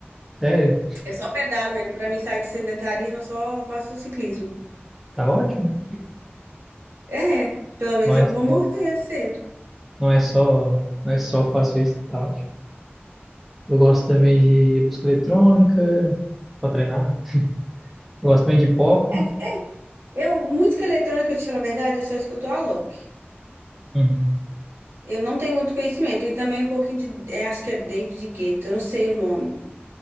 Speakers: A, in the centre; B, on the right (about 70°).
A: Sério,
B: Eu só pedalo mesmo. Pra mim sair do sedentarismo, eu só faço ciclismo.
A: tá ótimo.
B: É, pelo menos
A: Não é
B: eu não
A: só
B: vou morrer cedo.
A: Não é só, não é só faço isso e tal. Tipo. Eu gosto também de música eletrônica, pra treinar. né? Eu gosto também de pop.
B: É, é. Eu, música eletrônica, eu te falo a verdade, eu só escuto Alok.
A: Uhum.
B: Eu não tenho muito conhecimento. E também um pouquinho de. é, acho que é David Guetta, eu não sei o nome.